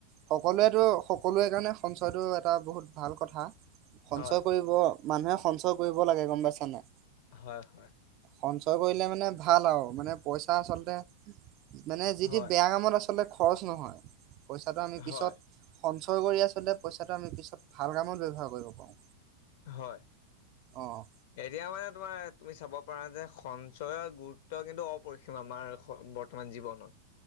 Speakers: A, on the right; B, on the left.
A: সকলোৱেতো সকলোৱে কাৰণে সঞ্চয়টো এটা বহুত ভাল কথা। সঞ্চয়
B: হয়
A: কৰিব- মানুহে সঞ্চয় কৰিব লাগে। গম পাইছানে নাই?
B: হয় হয়।
A: সঞ্চয় কৰিলে মানে ভাল আৰু। মানে পইচা আচলতে- মানে যিটি
B: হয়
A: বেয়া কামত আচলতে খৰচ নহয়। পইচাটো আমি
B: হয়
A: পিছত- সঞ্চয় কৰি আচলতে পইচাটো আমি পিছত ভাল কামত ব্যৱহাৰ কৰিব পাৰোঁ।
B: হয়।
A: অঁ
B: এতিয়া মানে তোমাৰ তুমি চাব পাৰা যে সঞ্চয়ৰ গুৰুত্ব কিন্তু অপৰিসীম। আমাৰ- বৰ্তমান জীৱনত।